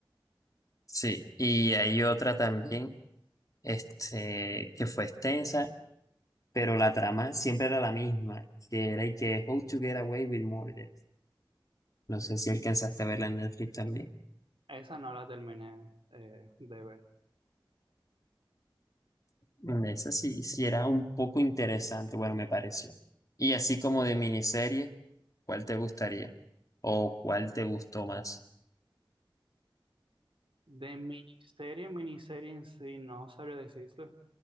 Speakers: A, on the left; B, on the right.
A: Sí, y hay otra también, este, que fue extensa, pero la trama siempre era la misma, que era y que How to Get Away with Murder. No sé si alcanzaste a verla en Netflix también.
B: Esa no la terminé eh, de ver.
A: Mm, Esa sí, sí era un poco interesante, bueno, me pareció. Y así como de miniserie, ¿cuál te gustaría? ¿O cuál te gustó más?
B: De miniserie, miniserie en sí, no sabría decirlo.